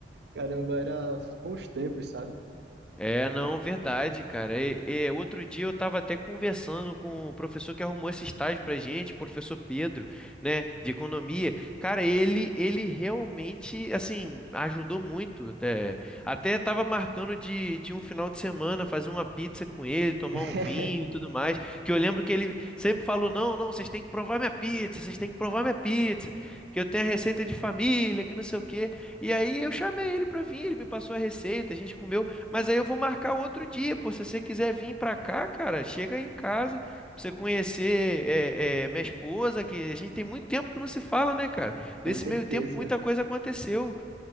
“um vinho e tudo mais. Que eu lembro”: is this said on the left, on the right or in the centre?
Centre